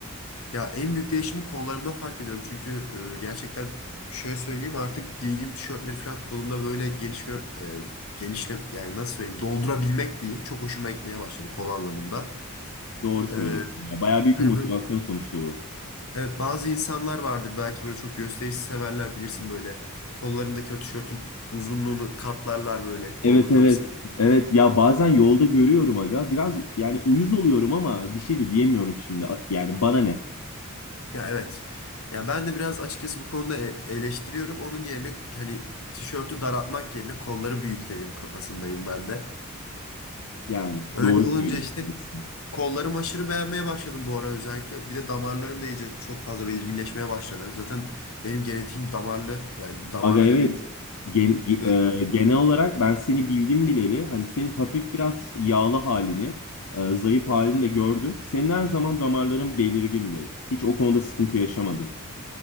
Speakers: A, on the left; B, on the left.
A: Ya en büyük değişimi kollarımda fark ediyorum. Çünkü e, gerçekten şöyle söyleyeyim artık giydiğim tişörtleri falan kolumda böyle geniş bir e, genişle yani nasıl söyleyeyim doldurabilmek diyeyim. Çok hoşuma gitmeye başladı kol anlamında.
B: Doğru söylüyorsun.
A: E,
B: Ya bayağı büyük
A: hani
B: bir motivasyon
A: böyle
B: sonuçta bu.
A: evet bazı insanlar vardır belki böyle çok gösterişi severler bilirsin böyle kollarındaki o tişörtün uzunluğunu katlarlar böyle kolunu
B: Evet
A: tam
B: evet.
A: sık.
B: Evet ya bazen yolda görüyorum aga. Biraz yani uyuz oluyorum ama bir şey de diyemiyorum şimdi. A- Yani bana ne?
A: Ya evet. Ya ben de biraz açıkçası bu konuda e- eleştiriyorum. Onun yerine hani tişörtü daraltmak yerine kolları büyütelim kafasındayım ben de.
B: Yani
A: Öyle
B: doğru
A: olunca
B: söylüyorsun
A: işte
B: aslında.
A: kollarımı aşırı beğenmeye başladım bu ara özellikle. Bir de damarlarım da iyice çok fazla belirginleşmeye başladı. Zaten benim genetiğim damarlı. Yani damarlı
B: Aga evet.
A: dediğim
B: Gen- ge-
A: böyle-
B: e, genel olarak ben seni bildim bileli. Hani senin hafif biraz yağlı halini, e, zayıf halini de gördüm. Senin her zaman damarların belirgindi. Hiç o konuda sıkıntı yaşamadın.